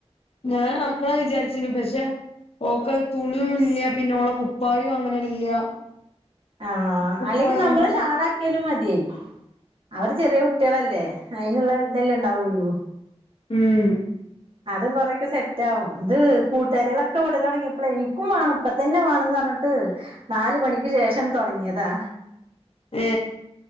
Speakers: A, on the left; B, on the right.
A: ഞാൻ അപ്പോ വിചാരിച്ചുന്ന് പക്ഷേ ഓക്കത് തുണിയും ഇല്ല പിന്നെ ഓളെ കുപ്പായും അങ്ങനെ ഇല്ല
B: ആഹ്
A: കുപ്പായുണ്ടോ
B: അല്ലെങ്കിൽ നമ്മൾ ഷാളാ- ലും മതി അവര് ചെറിയ കുട്ടികളല്ലേ അതിനുള്ള ഇതല്ലെ ഉണ്ടാവുള്ളൂ
A: ഉം
B: അതും കുറയൊക്കെ സെറ്റാകും. ഇത് കൂട്ടുകാരികളൊക്കെ വിടൽ തുടങ്ങിയപ്പോളെയ് നിക്കും വേണം പ്പൊ ഇതന്നെ വേണംന്ന് പറഞ്ഞിട്ട് നാൽ മണിക്ക് ശേഷം തുടങ്ങിയതാ
A: ഏ